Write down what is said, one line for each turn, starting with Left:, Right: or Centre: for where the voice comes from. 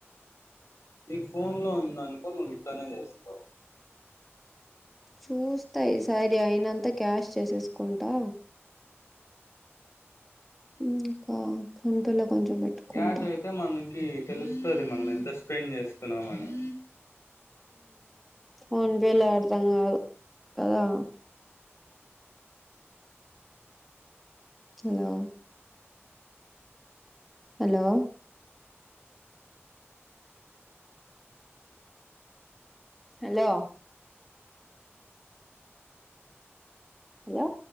Left: నీకు ఫోన్ లో ఉంది అనుకో నువ్వు ఇట్లనే చేస్తావు
Centre: చూస్త ఈసారి అయినంత క్యాష్ చేసేసుకుంటా ఇంకా ఫోన్పేలో కొంచెం పెట్టుకుంట
Left: క్యాష్ అయితే మనకి తెలుస్తది మనం ఎంత స్పెండ్ చేస్తున్నామ అని
Centre: ఫోన్పేల అర్థం కాదు కదా హలో హలో హలో హలో